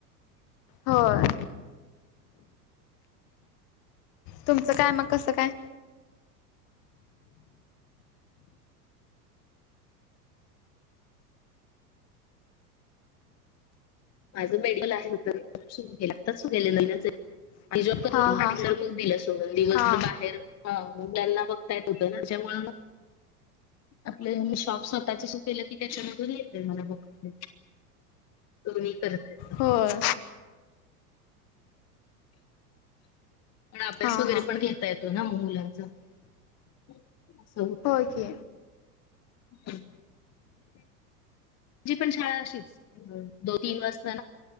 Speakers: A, on the left; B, on the left.
A: होय. तुमचं काय मग कसं काय?
B: माझं मेडिकल आहे हित सुरूकेल आताच सुरु केल. ती जॉब करत
A: हा
B: होतीर
A: हा
B: मग दिला सोडून दिवसभर
A: हा.
B: बाहेर मुलांना बघता येत होतं ना त्यामुळ म. आपलं शॉप स्वतःच सुकलं की त्याच्यामधून येतय मला बघत. तो्ही करता येत.
A: होय.
B: पण अभ्यास
A: हा
B: वगैरे
A: हा
B: पण घेता येतो ना मग मुलांच अस होत.
A: होय की
B: ह. जी पण शाळा अशीच दोन तीन वाजता ना